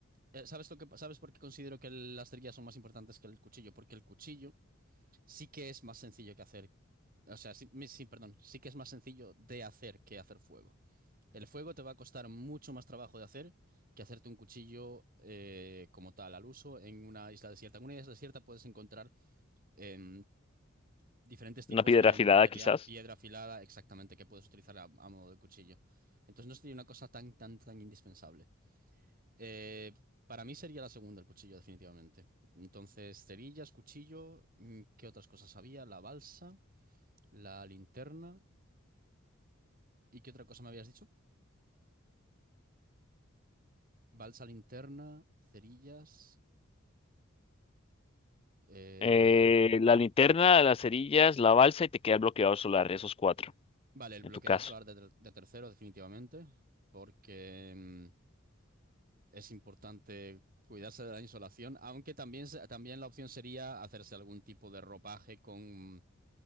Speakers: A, on the right; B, on the left.
A: eh, ¿sabes lo que, sabes por qué considero que las trillas son más importantes que el cuchillo? Porque el cuchillo sí que es más sencillo que hacer, o sea, sí, mi- sí, perdón, sí que es más sencillo de hacer que hacer fuego. El fuego te va a costar mucho más trabajo de hacer que hacerte un cuchillo eh, como tal al uso en una isla desierta. En una isla desierta puedes encontrar em, diferentes tipos
B: Una piedra
A: de
B: afilada,
A: material,
B: quizás.
A: piedra afilada, exactamente, que puedes utilizar a, a modo de cuchillo. Entonces no sería una cosa tan, tan, tan indispensable. Eh, para mí sería la segunda, el cuchillo, definitivamente. Entonces, cerillas, cuchillo, mm, ¿qué otras cosas había? La balsa, la linterna. ¿Y qué otra cosa me habías dicho? Balsa, linterna, cerillas. Eh,
B: Eh, la linterna, las cerillas, la balsa y te queda el bloqueador solar. Esos cuatro,
A: vale, el
B: en
A: bloqueador
B: tu caso.
A: solar de, ter- de tercero, definitivamente, porque mm, es importante cuidarse de la insolación, aunque también, se- también la opción sería hacerse algún tipo de ropaje con,